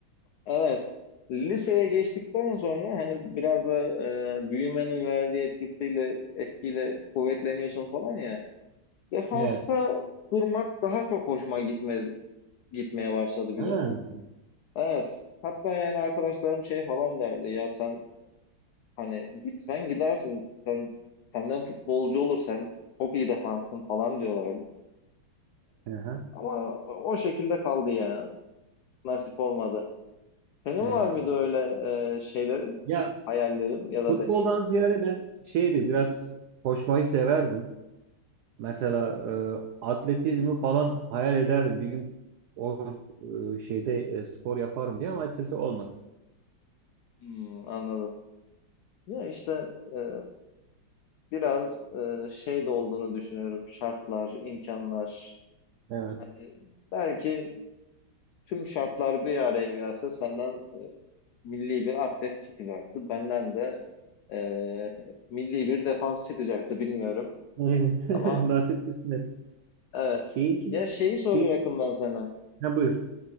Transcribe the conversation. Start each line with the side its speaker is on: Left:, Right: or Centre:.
Left: evet liseye geçtikten sonra hani biraz da e, büyümenin verdiği etkisiyle etkiyle kuvvetleniyorsun falan ya. Defansta
Right: Evet.
Left: durmak daha çok hoşuma gitme, gitmeye başladı
Right: Ha.
Left: bir dönem. Evet. Hatta yani arkadaşlarım şey falan derdi ya sen hani gitsen gidersin sen senden futbolcu olur sen çok iyi defansın falan diyorlardı.
Right: Aha.
Left: Ama o şekilde kaldı ya. Nasip olmadı. Senin
Right: Ee,
Left: var mıydı öyle e, şeylerin,
Right: ya
Left: hayallerin ya da
Right: futboldan
Left: deneyim?
Right: ziyade ben şeydi biraz koşmayı severdim. Mesela e, atletizmi falan hayal ederdim. Bir gün o e, şeyde e, spor yaparım diye ama açıkçası olmadı.
Left: Hmm, anladım. Ya işte e, biraz e, şey de olduğunu düşünüyorum. Şartlar, imkanlar.
Right: Evet.
Left: Hani belki tüm şartlar bir araya gelse senden milli bir atlet çıkacaktı. Benden de e, milli bir defans çıkacaktı bilmiyorum.
Right: Aynen. <laughs>
Left: Ama
Right: Nasip kısmet.
Left: evet.
Right: Şey için
Left: Ya şeyi soracaktım
Right: şey için-
Left: ben sana.
Right: ha, buyur.